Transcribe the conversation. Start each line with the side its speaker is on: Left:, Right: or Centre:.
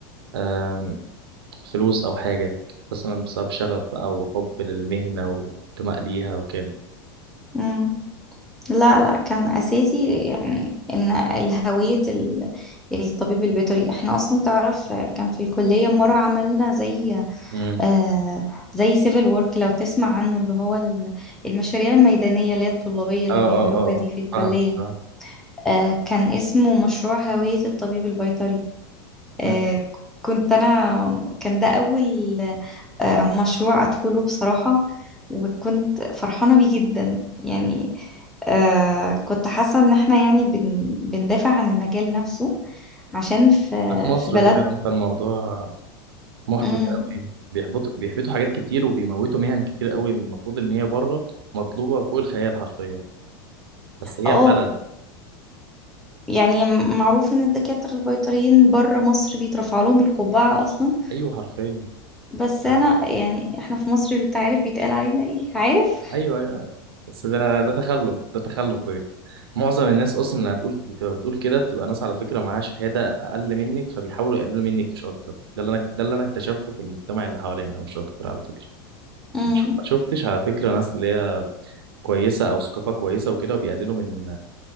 Right: آم، فلوس او حاجه كانت مثلا بسبب شغف او حب للمهنه وانتماء ليها وكده
Centre: مم. لا لا كان اساسي يعني ان الهويه ال- الطبيب البيطري احنا اصلا تعرف كان في الكليه مره عملنا زي
Right: امم
Centre: آه زي سيفل وورك لو تسمع عنه اللي هو ال- المشاريع الميدانية اللي هي الطلابية اللي
Right: اه اه
Centre: بيعملوها
Right: اه آه.
Centre: دي في الكلية
Right: فاهم فاهم
Centre: آه كان اسمه مشروع هوية الطبيب البيطري آه
Right: مم.
Centre: كنت أنا كان ده أول آه مشروع أدخله بصراحة وكنت فرحانة بيه جدا يعني آه كنت حاسة إن احنا يعني بن بندافع عن المجال نفسه عشان في
Right: احنا في مصر
Centre: في بلد
Right: فعلا فالموضوع محبط
Centre: مم.
Right: قوي بيحبطوا بيحبطوا حاجات كتير وبيموتوا مهن كتير قوي المفروض ان هي بره مطلوبه فوق الخيال حرفيا بس هي
Centre: اه
Right: البلد
Centre: يعني معروف ان الدكاترة البيطريين بره مصر بيترفع لهم القبعة اصلا
Right: ايوه حرفيا
Centre: بس انا
Right: آه،
Centre: يعني احنا في مصر بتعرف بيتقال علينا ايه عارف
Right: ايوه ايوه بس ده ده تخلف ده تخلف بجد معظم الناس اصلا اللي هتقول بتبقى بتقول كده بتبقى ناس على فكره معاها شهاده اقل منك فبيحاولوا يقللوا منك مش اكتر ده اللي انا ده اللي انا اكتشفته في المجتمع اللي حوالينا مش اكتر على فكره
Centre: امم
Right: مش ما شفتش على فكره ناس اللي هي كويسه او ثقافه كويسه وكده وبيقللوا من